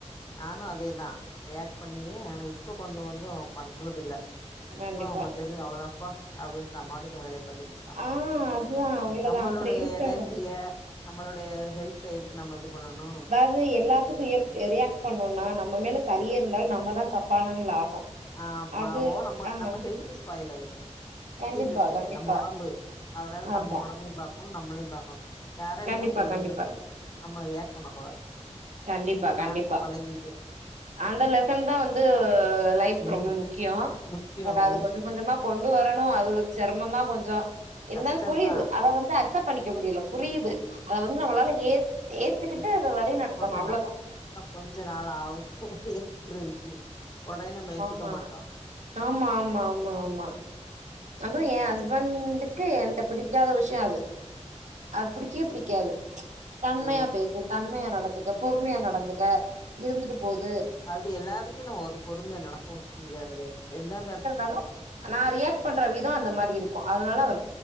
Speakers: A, on the left; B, on the right.
A: நானு அதேதா ரியாக்ட் பண்ணிவே ஆனா இப்ப கொஞ்ச கொஞ்சோ பண்றதுல்ல
B: கண்டிப்பா
A: போ உங்ளுக்கு தெரிஞ்சது அவ்ளோதா போ அப்டின்ட்டு நாபாட்டுக்கு வேலைய <unintelligible>
B: ஆ அதுதா அவ்ளதா
A: நம்மளுடைய
B: அப்டி இருக்கணு
A: எனர்ஜிய நம்மளுடய ஹெல்த்த எதுக்கு நம்ம இது பண்ணனு
B: அது எல்லாத்துக்கு ரியக்ட் ரியக்ட் பண்ணோனா நம்ம மேல சரியே இருந்தாலு நம்ம தா தப்பானவங்களா ஆகு
A: ஆ ஆமாவு
B: அது
A: நம்ம
B: ஆ
A: நம்ம ஹெல்த்து ஸ்பாய்ல் ஆய்ரு
B: கண்டிப்பா
A: சீக்கிரத்லே
B: கண்டிப்பா
A: நம்ப ஒடம்பு அதனால
B: ஆமா
A: நம்ப ஒடம்பயு பாக் குன் நம்மளையு பாக்கணு யாரோ
B: கண்டிப்பா
A: என்னமோ சொல்லுங்கன்ட்டு
B: கண்டிப்பா
A: நம்ம ரியக்ட் பண்ணக் கூடாது
B: கண்டிப்பா
A: இப்ப நா
B: கண்டிப்பா
A: இப்ப பழகிட்டு
B: அந்த லெசன் தா வந்து லைஃப்க்கு
A: ம்ஹ்ம்.
B: ரொம்ப முக்கியோ
A: முக்கியம்.
B: பட் அது
A: ம்.
B: கொஞ்ச கொஞ்சமா கொண்டு வரணு அது செரமோ தா கொஞ்சோ இருந்தாலு
A: கஷ்டந்தான்.
B: புரியிது அத வந்து அக்சப் பண்ணிக்க முடில புரியிது அத வந்து நம்மளால ஏத் ஏத்துக்கிட்டு
A: எத்
B: அத வழி நடத்தணு
A: கொஞ்ச
B: அவ்ளோதா
A: நா இன்னும் கொஞ்ச நாள் ஆவு ஏத்துக்றதுக்கு உடனே நம்ம ஏத்துக்க
B: ஆமா
A: மாட்டோ
B: ஆமா ஆமா ஆமா ஆமா அதுவு எ ஹஸ்பண்டுக்கு ஏன்ட்ட பிடிக்காத விஷ்யோ அது அத் புடிக்யே புடிக்காது தன்மையா
A: அ
B: பேசு தன்மையா நடந்துக்க பொறுமையா நடந்துக்க இருந்துட்டு போது
A: அது எல்லாதுக்கு நம்ம ஒரு பொறுமையா நடக்கவு முடியாதுல எந்தந்த எடத்து
B: அலோ நா ரியக்ட் பண்ற விதோ அந்த மாரி இருக்கு அதனால அவர்